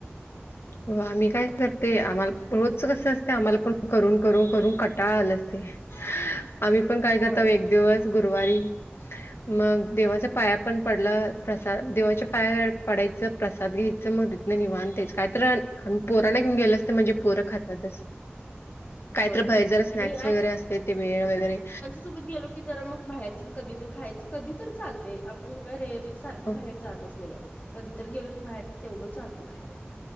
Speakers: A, on the left; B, on the left.
A: हो आम्ही काय करते आम्हाला प रोजच कस असते आम्हाला पण करून करून करून कटाळ आल असते आम्ही पण काय
B: होय.
A: करतो एक दिवस गुरुवारी
B: <inaudible>
A: मग देवाच पाया पण पडलं प्रसाद देवाच्या पाया पडायचं प्रसाद घ्यायच मग तिं वानच काय तर आम्ही पोराना घेऊन गेलो अस तर म्हणजे पोरं खातातच काहीत
B: होय.
A: बाहेर जरा
B: आणि
A: स्नॅक्स वगैरे असते ते वेळ वगैरे
B: ेलो की ज मग बाहेरच कधी खयचं कधी तर चालय आपण काय सारखं
A: हो
B: बाहेर जातच नाहीे कधीतर गेलो की बाहेरच तेवढं चालतं खायला